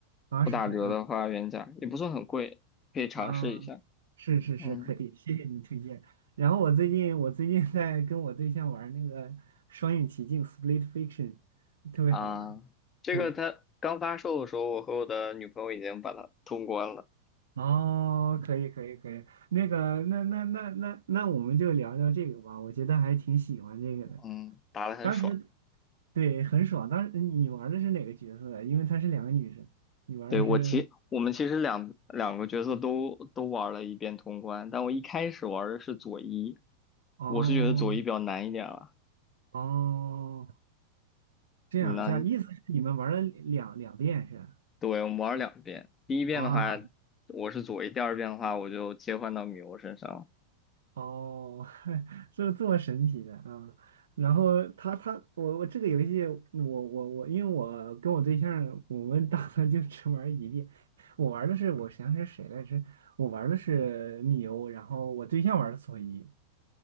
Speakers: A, on the right (about 65°); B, on the left (about 25°).
A: 八十块啊
B: 不打折的话，原价也不算很贵，可以尝试一下。
A: 啊，是是是，
B: 嗯
A: 可以，谢谢你推荐。然后我最近我最近在跟我对象玩那个双影奇境 （Split Fiction），特别好玩。
B: 啊，这个它刚发售的时候，
A: 对，
B: 我和我的女朋友已经把它通关了，
A: 哦，可以可以可以，那个那那那那那我们就聊聊这个吧，我觉得还挺喜欢这个的。
B: 嗯，打得很爽。
A: 当时对很爽，当时你玩的是哪个角色呀因为她是两个女生，你玩的是
B: 对，我其我们其实两两个角色都都玩了一遍通关，但我一开始玩的是佐伊，
A: 哦
B: 我是觉得佐伊比较难一点了。
A: 哦这样这样，
B: 你呢？
A: 意思是你们玩了两两遍是吧？
B: 对，我们玩了两遍，第一遍的话
A: 哇
B: 我是佐伊，第二遍的话我就切换到米欧身上了。
A: 哦，<laughs> 这这么神奇的啊！然后他他我我这个游戏我我我，因为我跟我对象我们打算就只玩一遍。我玩的是我想想是谁来着？我玩的是米欧，然后我对象玩的佐伊，